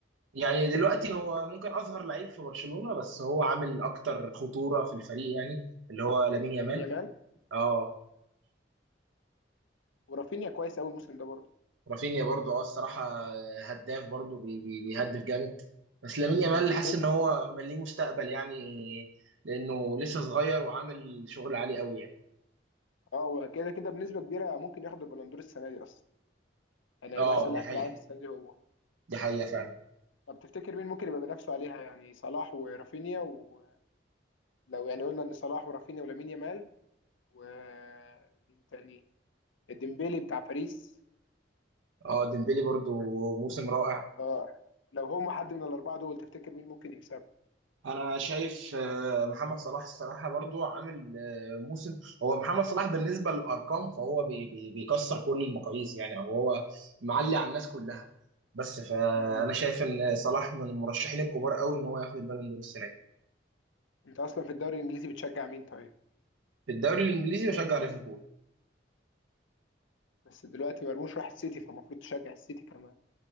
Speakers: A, on the right; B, on the left.
A: يعني دلوقتي هو ممكن اصغر لعيب في برشلونة بس هو عامل اكتر خطورة في الفريق يعني اللي هو لامين يامال
B: لامين يامال
A: اه
B: ورافينيا كويس قوي الموسم ده برضه
A: رافينيا برضو اه الصراحة هداف برضو بي- بي- بيهدف جامد بس لامين يامال
B: مم. وفيت
A: حاسس ان هو ليه مستقبل يعني لانه لسه صغير وعامل شغل عالي قوي يعني
B: اه وكده كده بنسبه كبيره ممكن ياخد البلندور السنه دي اصلا يعني هيبقى
A: اه
B: احسن
A: دي
B: لاعب
A: حقيقة
B: في العالم السنه دي هو
A: دي حقيقة فعلا
B: طب تفتكر مين ممكن يبقى بنفسه عليها يعني صلاح ورافينيا ولو يعني قلنا ان صلاح ورافينيا ولامين يامال ومين تاني الديمبيلي بتاع باريس
A: اه ديمبلي برضو
B: و...
A: موسم رائع
B: اه لو هم حد من الاربعه دول تفتكر مين ممكن يكسب
A: انا شايف آه، محمد صلاح الصراحه برضو عامل آه، موسم هو محمد صلاح بالنسبه للارقام فهو بي بي بيكسر كل المقاييس يعني أو هو معلي على الناس كلها بس فانا
B: مم.
A: شايف ان صلاح من المرشحين الكبار قوي ان هو ياخد البالون دور السنه دي
B: انت اصلا في الدوري الانجليزي بتشجع مين طيب
A: في الدوري الانجليزي بشجع ليفربول
B: بس دلوقتي مرموش راح السيتي فالمفروض تشجع السيتي كمان